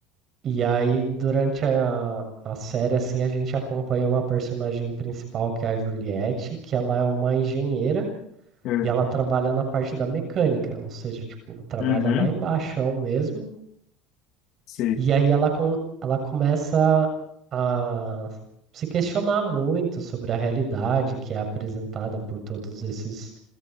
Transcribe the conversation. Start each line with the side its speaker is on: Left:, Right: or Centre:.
Right: e aí durante a, a série, assim, a gente acompanha uma personagem principal, que é a Juliette, que ela é uma engenheira,
Left: É.
Right: E ela trabalha na parte da mecânica, ou seja, tipo, trabalha
Left: Uhum.
Right: lá embaixo mesmo.
Left: Sei.
Right: E aí ela, com, ela começa a se questionar muito sobre a realidade que é apresentada por todos esses